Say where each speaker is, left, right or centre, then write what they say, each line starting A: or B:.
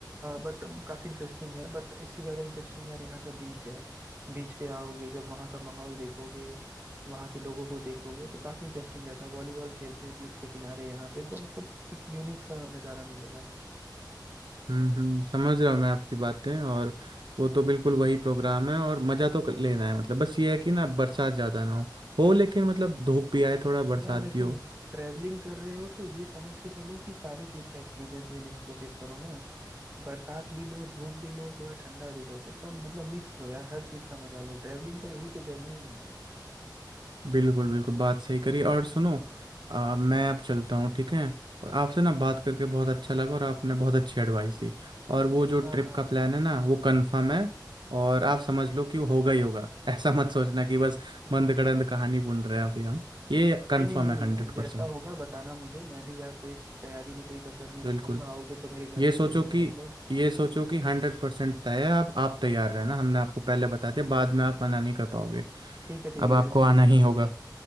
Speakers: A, on the right; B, on the right.
A: बट काफी इंटरेस्टिंग है बट इससे ज्यादा इंटरेस्टिंग यार यहाँ का बीच है बीच पे आओगे जब वहाँ का माहौल देखोगे वहाँ के लोगों को देखोगे तो काफी इंटरेस्टिंग रहता है वॉलीबॉल खेलते हैं बीच के किनारे यहाँ पे तो मतलब एक यूनिक सा नज़ारा मिलेगा
B: हम्म हम्म समझ रहा हूँ मैं आपकी बातें और वो तो बिल्कुल वही प्रोग्राम है और मज़ा तो कर- लेना है मतलब बस ये है कि ना बरसात ज़्यादा ना हो हो लेकिन मतलब धूप भी आए थोड़ा बरसात
A: यार देखो
B: भी हो
A: ट्रैवलिंग कर रहे हो तो ये समझ के चलो कि सारी चीज का एक्सपीरियंस लेने की कोशिश करो ना बरसात भी लो धूप भी लो थोड़ा ठंडा भी लो तो सब मतलब मिक्स लो यार हर चीज का मजा लो ट्रैवलिंग का यही तो जर्नी है
B: बिल्कुल बिल्कुल बात सही करी और सुनो आ, मैं अब चलता हूँ ठीक है और आपसे ना बात करके बहुत अच्छा लगा और आपने बहुत अच्छी एडवाइस दी और वो
A: जी
B: जो
A: हाँ
B: ट्रिप
A: हाँ
B: का प्लान है ना वो कंफर्म है और आप समझ लो कि वो होगा ही होगा <laughs> ऐसा मत सोचना कि बस मंदकड़ंद कहानी बुन रहे हैं अभी हम ये कंफर्म
A: नहीं नहीं
B: है
A: नहीं
B: हंड्रेड
A: नहीं जैसा
B: परसेंट
A: होगा बताना मुझे मैं भी यार कोई तैयारी में कोई कसर नहीं रखूंगा
B: बिल्कुल
A: आओगे तो मेरे घर
B: ये
A: से
B: सोचो
A: ही चलेंगे
B: कि
A: हम लोग
B: ये सोचो कि हंड्रेड परसेंट तय है आप आप तैयार रहना हमने आपको पहले बता दिया बाद में आप मना नहीं कर पाओगे
A: ठीक है ठीक
B: अब
A: है
B: आपको
A: बिल्कुल
B: आना
A: बिल्कुल
B: ही होगा